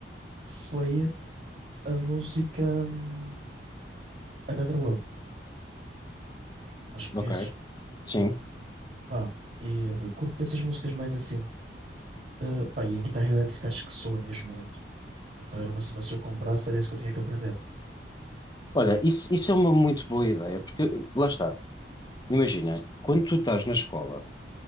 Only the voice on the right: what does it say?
foi a música. hum, Another Love, acho que
conheces.
Pá, e eh, curto dessas músicas mais assim. Eh, pá, e em guitarra elétrica acho que soa mesmo lindo. Então era uma cena, se eu comprasse, era isso que eu tinha que aprender.